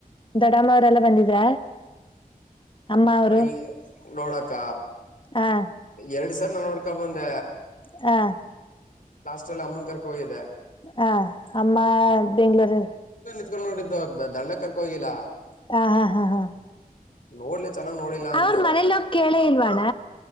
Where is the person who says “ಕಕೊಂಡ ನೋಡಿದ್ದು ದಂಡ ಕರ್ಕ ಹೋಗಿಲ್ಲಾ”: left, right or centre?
Left